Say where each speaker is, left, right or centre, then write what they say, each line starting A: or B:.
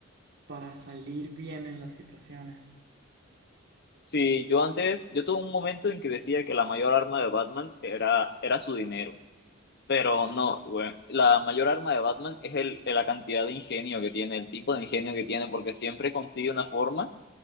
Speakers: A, on the right (about 55°); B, on the left (about 50°).
A: para salir bien en las situaciones.
B: Sí, yo antes, yo tuve un momento en que decía que la mayor arma de Batman era, era su dinero. Pero no, bueno, la mayor arma de Batman es el, la cantidad de ingenio que tiene, el tipo de ingenio que tiene, porque siempre consigue una forma